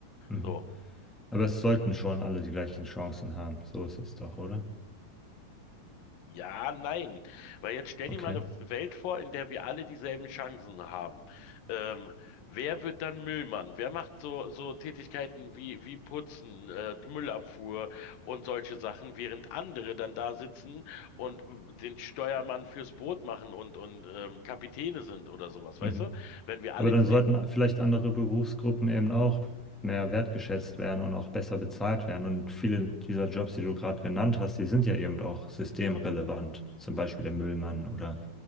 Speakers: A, in the centre; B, on the left.
A: Mhm.
B: So.
A: Aber es sollten schon alle die gleichen Chancen haben. So ist es doch, oder?
B: Ja, nein. Weil jetzt stell
A: Okay.
B: dir mal eine Welt vor, in der wir alle dieselben Chancen haben. Ähm, wer wird dann Müllmann? Wer macht so, so Tätigkeiten wie, wie Putzen, äh, die Müllabfuhr und solche Sachen, während andere dann da sitzen und äh, den Steuermann fürs Boot machen und, und ähm, Kapitäne sind oder sowas,
A: Mhm.
B: weißt du? Wenn wir alle
A: Aber dann
B: dieselben
A: sollten vielleicht andere Berufsgruppen eben auch mehr wertgeschätzt werden und auch besser bezahlt werden. Und viele dieser Jobs, die du gerade genannt hast, die sind ja eben auch systemrelevant. Zum Beispiel der Müllmann oder